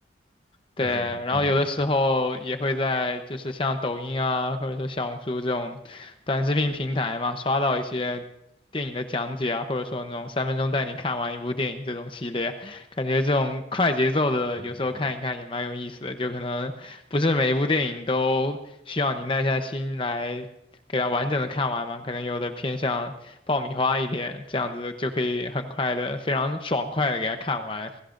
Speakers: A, on the left; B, on the right.
A: 对，
B: 就像嗯
A: 然后有的时候也会在就是像抖音啊，或者说小红书这种短视频平台嘛，刷到一些电影的讲解啊，或者说那种三分钟带你看完一部电影这种系列，感觉这种快节奏的有时候看一看也蛮有意思的，
B: <laughs>
A: 就可能不是每一部电影都需要你耐下心来给它完整的看完嘛，可能有的偏向爆米花一点，这样子就可以很快的、非常爽快的给它看完。